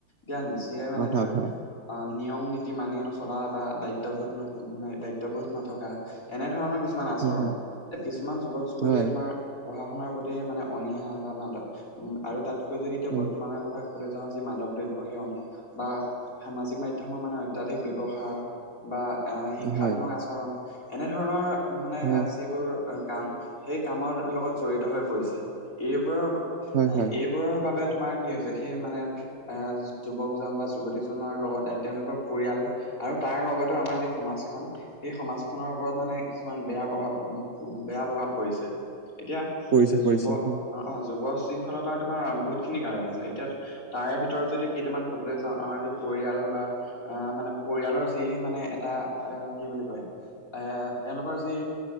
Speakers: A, on the left (about 40°); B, on the right (about 40°).
A: জ্ঞান, যিয়ে মানে
B: অভাৱ
A: তোমাৰ
B: হয়,
A: অ', নিয়ম নীতি মানি নচলা বা দায়িত্ববোধ-দায়িত্ববোধ নথকা। এনেধৰণৰ কিছুমান আচৰণ,
B: হয়, হয়,
A: এ কিছুমান যুৱক যুৱতীয়ে
B: হয়।
A: তোমাৰ পঢ়া শুনাৰ প্ৰতি মানে অনীহা বা মাদক উ আৰু তাতকৈ যদি এতিয়া
B: উম,
A: বৰ্তমানৰ কথা ক'বলে যাওঁ যি মাদক দ্ৰব্য সেৱন বা সামাজিক মাধ্যমৰ মানে অত্যাধিক ব্যৱ ব্যৱহাৰ বা এ-হিংসাত্মক
B: হয়,
A: আচৰণ, এনেধৰণৰ মানে
B: হয়,
A: যিবোৰ কাম, সেই কামৰ লগত জড়িত হৈ পৰিছে, এইবোৰৰ
B: হয়, হয়,
A: এইবোৰৰ বাবে তোমাৰ কি হৈছে, সেই মানে এ-যুৱকজন বা যুৱতীজনৰ লগতে তেওঁলোকৰ পৰিয়াল আৰু তাৰ লগতেও আমাৰ যি সমাজখন, সেই সমাজখনৰ ওপৰত মানে কিছুমান বেয়া প্ৰভাৱ-বেয়া প্ৰভাৱ পৰিছে, এতিয়া
B: পৰিছে পৰিছে
A: যুৱ-অ'
B: হয়,
A: অ', যুৱ উশৃংখলতাৰ তোমাৰ বহুতখিনি কাৰণ আছে, এতিয়া তাৰে ভিতৰত যদি কেইটামান ক'বলৈ যাওঁ, আমাৰ যে পৰিয়াল বা আ-মানে পৰিয়ালৰ যি মানে এটা, আ কি বুলি কয়, এ তেওঁলোকৰ যি